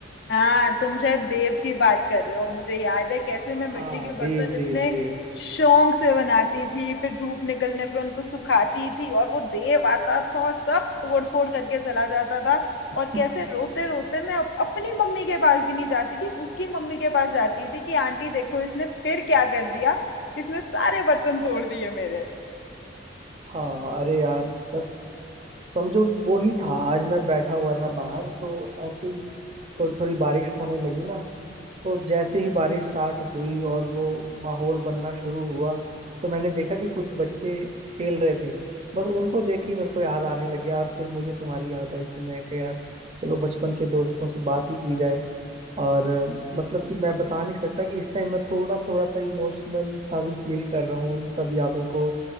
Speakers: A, on the left; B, on the right.
A: हाँ तुम शायद देव की बात कर रहे हो मुझे याद है कैसे मैं मिट्टी
B: हाँ
A: के बर्तन
B: देव
A: इतने
B: देव देव
A: शौक से बनाती थी फिर धूप निकलने पे उनको सुखाती थी और वो देव आता था और सब तोड़ फोड़ करके चला जाता था
B: <laughs>
A: और कैसे रोते रोते मैं अप- अपनी मम्मी के पास भी नहीं जाती थी उसकी मम्मी के पास जाती थी कि आंटी देखो इसने फिर क्या कर दिया इसने सारे बर्तन तोड़ दिए मेरे
B: हाँ अरे यार बस समझो वो ही था आज मैं बैठा हुआ था बाहर तो ऐसे ही थोड़ी थोड़ी बारिश होने लगी ना तो जैसे ही बारिश स्टार्ट हुई और वो माहौल बनना शुरू हुआ तो मैंने देखा कि कुछ बच्चे खेल रहे थे बस उनको देख के मेरे को याद आने लग गया और फिर मुझे तुम्हारी याद आई कि मैं कह यार चलो बचपन के दोस्तों से बात ही की जाए और अ, मतलब कि मैं बता नहीं सकता कि इस टाइम मैं थोड़ा थोड़ा सा इमोशनल सा भी फील कर रहा हूँ उन सब यादों को